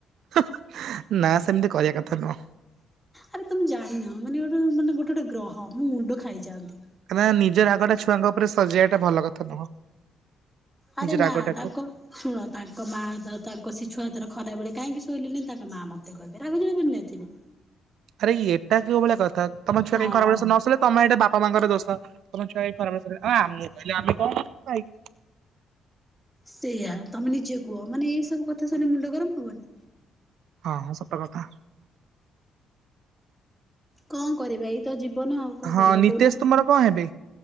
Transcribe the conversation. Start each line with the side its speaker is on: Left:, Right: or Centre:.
Right: ହଁ ନା ସେମିତି କରିବା କଥା ନୁହଁ।
Centre: ଆରେ ତମେ ଜାଣିନ ମାନେ ଗୋଟେ ମାନେ ଗୋଟେ ଗୋଟେ ଗ୍ରହ ମୁଁ ମୁଣ୍ଡ ଖାଇଯାନ୍ତି।
Right: କାଁକ ନା ନିଜର ରାଗଟା ଛୁଆଙ୍କ ଉପରେ ସଜେଇବା ଟା ଭଲ କଥା ନୁହଁ
Centre: ଆରେ
Right: ନିଜ
Centre: ନା
Right: ରାଗଟାକୁ
Centre: ତାଙ୍କ ଶୁଣ ତାଙ୍କ ମାର ତାଙ୍କ ଶିଶୁଆ ହାତାର ଖରା ବେଳେ କାହିଁକି? ଶୋଇି ତାଙ୍କ ମା ମତେ କହିବେ ରାଗ ନେଇାଇଥିବେ
Right: ଆରେ ଏଟା କେଉ ଭଳିଆ କଥା ତମ
Centre: ହଁ
Right: ଛୁଆ କହି ଖରା ବଳେ ନଲେ ତମ ଏଟା ବାପା ମାଙ୍କର ଦୋଷ ତମ ଛୁଆ ଖରାପିଲ ମୁଁ କହିଲି ଆମେ କଣ ଭାଇ
Centre: ସେଇଆା ତମେ ନିଜେ କୁହ ମାନେ ଏଇ ସବୁ କଥା ଶୁଣେ ମୁଣ୍ଡ ଗରମ ହବନି।
Right: ହଁ ହଁ ସତ କଥା
Centre: କଣ କରିବା ଏଇ ତ ଜୀବନ ଆ କଣ
Right: ହଁ
Centre: କରିବା
Right: ନିତେଶ
Centre: କହୁନ
Right: ତୁମର କଣ ହେବେ